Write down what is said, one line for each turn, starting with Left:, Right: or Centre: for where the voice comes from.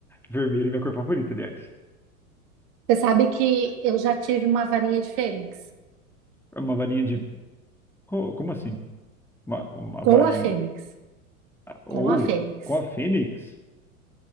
Centre: Vermelho é minha cor favorita, aliás.
Right: você sabe que eu já tive uma varinha de Fênix.
Centre: É uma varinha de. Co- como assim? Uma, uma varinha.
Right: com a Fênix,
Centre: Ou
Right: com a Fênix.
Centre: com a Fênix?